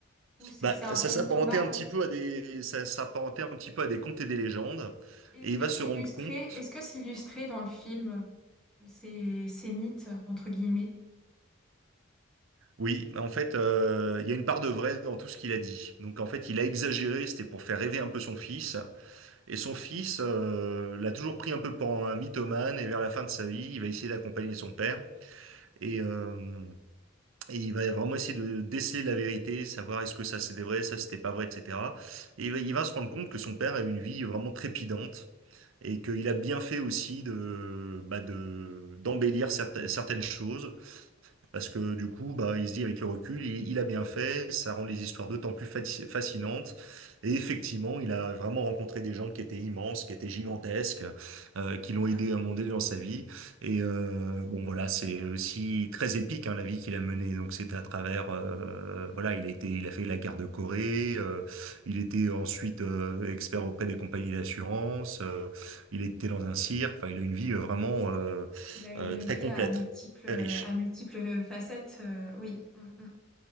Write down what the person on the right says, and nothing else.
Bah,
ça
s'apparentait
un petit peu à des, ça s'apparentait un petit peu à des contes et des légendes,
et
il va
se rendre
compte,
oui, en fait, euh, il y a une part de vrai dans tout ce qu'il a dit. Donc en fait, il a exagéré, c'était pour faire rêver un peu son fils, et son fils euh, l'a toujours pris un peu pour un mythomane, et vers la fin de sa vie, il va essayer d'accompagner son père, et, euh, et il va vraiment essayer de déceler la vérité, savoir est-ce que ça c'était vrai, ça c'était pas vrai, etc. Et il va, il va se rendre compte que son père a eu une vie vraiment trépidante. et qu'il a bien fait aussi de, bah de, d'embellir certes- certaines choses parce que du coup, bah, il se dit avec le recul, il, il a bien fait, ça rend les histoires d'autant plus fati- fascinantes. Et effectivement, il a vraiment rencontré des gens qui étaient immenses, qui étaient gigantesques, euh, qui
l'ont aidé à monter dans sa vie. Et euh, bon, voilà, c'est aussi très épique hein, la vie qu'il a menée. Donc c'était à travers, euh, voilà, il a été, il a fait la guerre de Corée. euh, il était ensuite euh, expert auprès des compagnies d'assurance. euh, il était dans un cirque. Enfin, il a une vie euh, vraiment euh,
euh, très
complète,
très
riche.